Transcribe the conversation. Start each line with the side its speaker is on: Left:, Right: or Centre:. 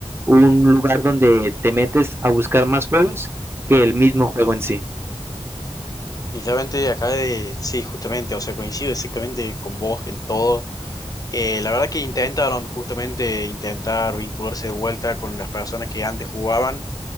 Right: un lugar donde te metes a buscar más juegos que el mismo juego en sí.
Left: Literalmente acá de, sí, justamente, o sea, coincido exactamente con vos en todo. Eh, la verdad que intentaron justamente intentar vincularse de vuelta con las personas que antes jugaban,